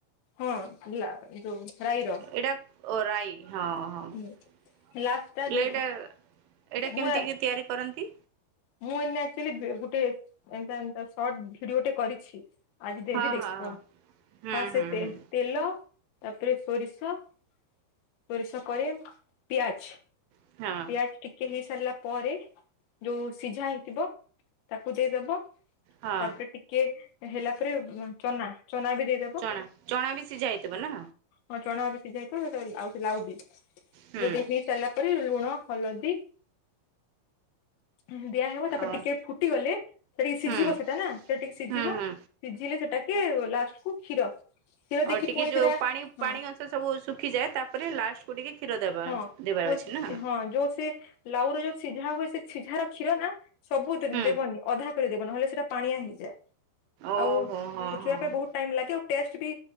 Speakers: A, on the left; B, on the right.
A: ହଁ ଲା ଯଉ ରାଇର।
B: ଏଇଟା ଓ ରାଇ ହଁ ହଁ। ହେଲେ
A: ହୁଁ ଲାଷ୍ଟ ଟା ଯୋଉ
B: ଏଇଟା ଏଇଟା କେମିତି
A: ମୁଁ
B: କି ତିଆରି କରନ୍ତି?
A: ମୁଁ ଏଇନେ ଆକଚୁଲି ବେ ଗୋଟେ ଏନ୍ତା ଆନ୍ତ ଶର୍ଟ ଭିଡିଓ ଟେ କରିଛି। ଆଜି ଦେବି
B: ହଁ
A: ଦେଖିବ
B: ହଁ ହଁ ହୁଁ
A: ହଁ ସେ
B: ହୁଁ
A: ତେଲ
B: ହୁଁ
A: ତେଲ। ତାପରେ ସୋରିଷ ସୋରିଷ କରେ ପିଆଜ।
B: ହଁ।
A: ଜଷ୍ଟ ଟିକେ ହେଇ ସାରିଲା ପରେ ଯୋଉ ସିଝା ହେଇଥିବ ତାକୁ ଦେଇଦବ।
B: ହଁ
A: ତାପରେ ଟିକେ ହେଲା ପରେ ଉଁ ଚନା ଚନା ବି ଦେଇ
B: ଚଣା ଚଣା ବି ସିଝା ହେଇଥିବ ନା।
A: ହଁ ଚଣା ବି ସିଝା ହେଇଥିବ ଏ ସରି ଆଉ ସେ ଲାଉ ବି
B: ହୁଁ
A: ଯଦି ହେଇ ସାରିଲା ପରେ ଲୁଣ। ହଲଦୀ ହୁଁ ହୁଁ ଦିଆହବ ତାପରେ
B: ଅ
A: ଟିକେ ଫୁଟିଗଲେ। ସେ ଟିକେ ସିଝିବ
B: ହୁଁ
A: ସେଟା ନା ସେ ଟିକେ ସିଝିବ
B: ହୁଁ ହୁଁ
A: ସିଝିଲେ ସେଟାକେ ଲାଷ୍ଟ କୁ କ୍ଷୀର। କ୍ଷୀର ଦେଇକି
B: ଆଉ ଟିକେ
A: ପୁଣି
B: ଯୋଉ
A: ସେଟା
B: ପାଣି
A: ହଁ
B: ପାଣି ଅଂଶ ସବୁ ଶୁଖିଯାଏ ତାପରେ ଲାଷ୍ଟକୁୁ ଟିକେ କ୍ଷୀର ଦେବା
A: ହଁ
B: ଦେବାର
A: ପୁଅ
B: ଅଛି ନା।
A: ହଁ ଯୋଉ ସେ ଲାଉ ର ଯୋଉ ସିଝା ହୁଏ ସେ ସିଝାର କ୍ଷୀର ନା ସବୁ ଦେ-ଦେବନି
B: ହୁଁ
A: ଅଧା। କରିଦେବ ନହେଲେ ସେଇଟା ପାଣିଆ ହେଇଯାଏ
B: ଓହୋ
A: ଆଉ
B: ହଁ
A: ଶୁଖିବା
B: ହଁ
A: ପାଇଁ ବହୁ ଟାଇମ ଲାଗେ ଆଉ ଟେଷ୍ଟ ବି